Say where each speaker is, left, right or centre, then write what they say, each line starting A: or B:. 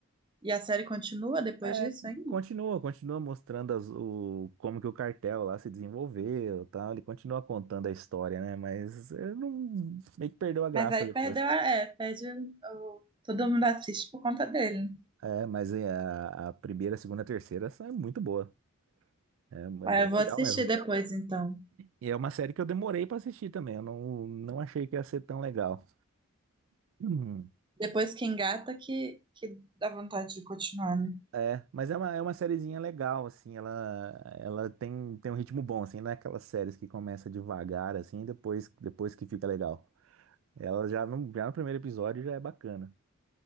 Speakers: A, on the right; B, on the right.
A: E a série continua depois
B: É,
A: disso ainda.
B: continua, continua mostrando as- o, como que o cartel lá se desenvolveu, e tal. Ele continua contando a história, né? Mas eu não, meio que perdeu a graça
A: Mas aí
B: depois.
A: perdeu a... É, perde o... Todo mundo assiste por conta dele. né?
B: É, mas é, a, a primeira, a segunda, a terceira são é muito boa. É, é
A: Aí
B: bem
A: eu
B: legal
A: vou assistir
B: mesmo.
A: depois, então.
B: E é uma série que eu demorei pra assistir também. Eu não, não achei que ia ser tão legal. <clears throat>
A: Depois que engata, que, que dá vontade de continuar, né?
B: É, mas é uma, é uma sériezinha legal, assim, ela, ela tem, tem um ritmo bom, assim, não é aquelas séries que começa devagar, assim, e depois, depois que fica legal. Ela já no, já no primeiro episódio já é bacana.